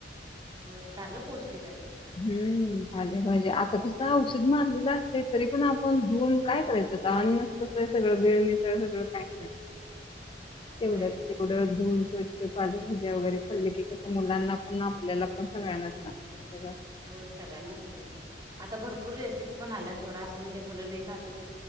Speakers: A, on the right (about 25°); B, on the left (about 30°).
A: होय कारलं पौष्टिक हाय
B: हम् पालेभाज्या आता कस औषध मार जरा असतया तरी पण आपण घेवून काय करायचं आता मी असतो तर सगळं भेळ, मिसळ सगळं काय करायचं
A: होय
B: तेवढं तेवढं धुवून खरचं की पाले भाज्या वगैरे खल्ले कि कसं मुलांना पण आपल्याला पण सगळ्यांनाच सांगितल जात
A: होय सगळ्यांनाच होतय सोडा आता भरपूर रेसिपी पण आल्याच थोड आस म्हणजे मुलं नाही खातच